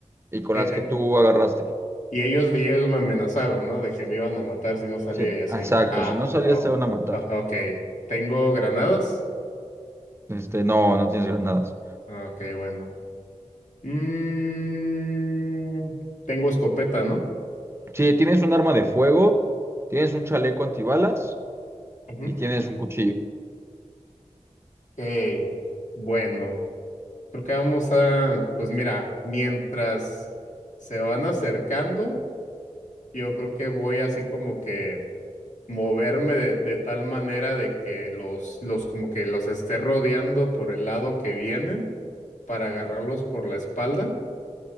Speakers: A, on the right; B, on the left.
A: y con
B: Eh,
A: las
B: eh,
A: que tú agarraste.
B: y ellos, y ellos me amenazaron, ¿no? De que me iban a matar si no salía
A: Sí,
B: y así,
A: exacto.
B: ¿no? Ah,
A: Si no salías,
B: oh,
A: te van a matar.
B: ah, ok. ¿Tengo granadas?
A: Este, no, no tienes granadas.
B: Ah, Ok, bueno. Mm, tengo escopeta, ¿no?
A: Sí, tienes un arma de fuego, tienes un chaleco antibalas
B: Ujú.
A: y tienes un cuchillo.
B: Ok, bueno, creo que vamos a, pues mira, mientras se van acercando, yo creo que voy así como que moverme de, de tal manera de que los, los como que los esté rodeando por el lado que vienen para agarrarlos por la espalda